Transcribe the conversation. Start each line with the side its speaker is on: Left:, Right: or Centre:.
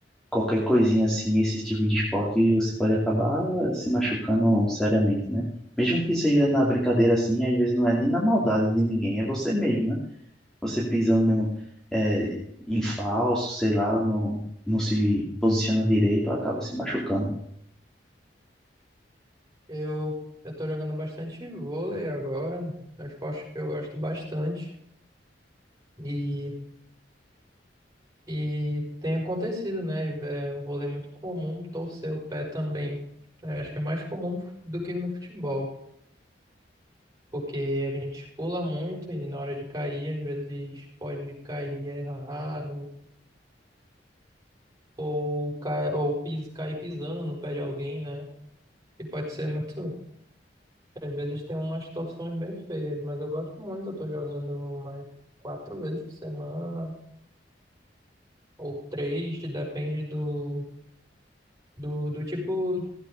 Centre: qualquer coisinha assim, esse tipo de esporte, você pode acabar se machucando seriamente, né? Mesmo que seja na brincadeira assim, às vezes não é nem na maldade de ninguém, é você mesmo, né? você pisando no, é, em falso, sei lá, não, não se posiciona direito, acaba se machucando.
Right: Eu, eu tô jogando bastante vôlei agora. É um esporte que eu gosto bastante. e E tem acontecido, né? É um vôlei muito comum torcer o pé também. Eu acho que é mais comum do que no futebol, porque a gente pula muito e na hora de cair, às vezes pode cair errado, ou, cai, ou pis, cair pisando no pé de alguém, né? E pode ser muito. Às vezes tem umas torções bem feias, mas eu gosto muito. Eu tô jogando mais quatro vezes por semana, ou três, depende do, do, do tipo.